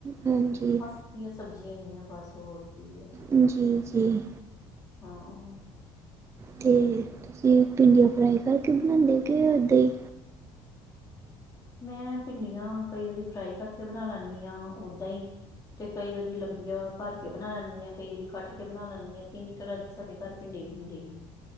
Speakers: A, on the right; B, on the left.
A: ਹਾਂਜੀ
B: ਬਸ ਸੁੱਕੀਆ ਸਬਜ਼ੀਆਂ ਨੇ ਬਸ ਹੋਰ। ਕੀ ਹੈ
A: ਹੂੰ, ਜੀ- ਜੀ।
B: ਹਾਂ।
A: ਤੇ, ਤੁਸੀਂ ਭਿੰਡੀਆ ਫਰਾਈ ਕਰਕੇ ਬਣਾਂਦੇ, ਕੇ ਓਦਾ ਈ?
B: ਮੈਂ ਭਿੰਡੀਆਂ ਕਈ ਵਾਰੀ ਫਰਾਈ ਕਰਕੇ ਬਣਾ ਲੈਂਣੀ ਆ ਓਦਾਂ ਈ ਤੇ ਕਈ ਵਾਰੀ ਲੰਬੀਆਂ ਭਰ ਕੇ ਬਣਾ ਲੈਂਨੀ ਆ, ਕਈ ਵਾਰੀ ਕੱਟ ਕੇ ਬਣਾ ਲੈਂਨੀ ਆ ਤਿਨ ਤਰਾਂ ਦੀ ਸਾਡੇ ਘਰ ਭਿੰਡੀ ਬਣਦੀ ਹੈਗੀ।